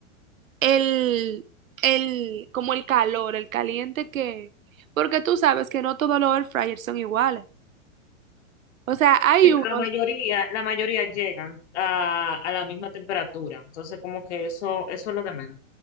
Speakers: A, on the right (about 80°); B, on the left (about 55°).
A: el, el, como el calor, el caliente que, porque tú sabes que no todos los air fryers son iguales. O sea, hay
B: sí, pero
A: unos,
B: la mayoría, la mayoría llegan a, a la misma temperatura. Entonces, como que eso, eso es lo de menos.